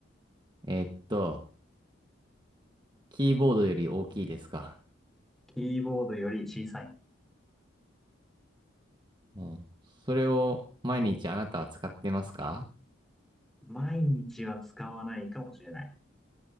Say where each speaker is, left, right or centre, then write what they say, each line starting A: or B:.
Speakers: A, on the right; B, in the centre.
A: えーっと、キーボードより大きいですか
B: キーボードより小さいね。
A: お、それを毎日あなたは使ってますか
B: 毎日は使わないかもしれない。